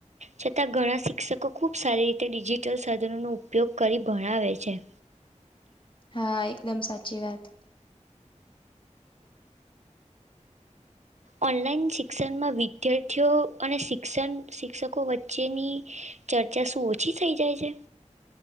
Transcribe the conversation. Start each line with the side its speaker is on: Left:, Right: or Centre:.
Right: છતાં ઘણા શિક્ષકો ખુબ સારી રીતે ડિજિટલ સાધનોનો ઉપયોગ કરી ભણાવે છે.
Left: હા, એકદમ સાચી વાત.
Right: ઓનલાઈન શિક્ષણમાં વિદ્યાર્થીઓ અને શિક્ષણ શિક્ષકો વચ્ચેની ચર્ચા શું ઓછી થઈ જાય છે?